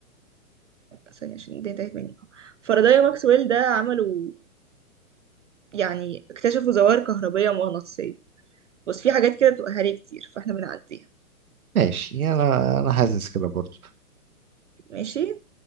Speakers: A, on the right; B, on the right.
A: ثانية عشان الدنيا انتهت مني فاراداي وماكسويل ده عملوا يعني اكتشفوا ظواهر كهربية مغناطيسية بس في حاجات كده بتبقى هري كتير فاحنا بنعديها
B: ماشي انا انا حاسس كده برضو
A: ماشي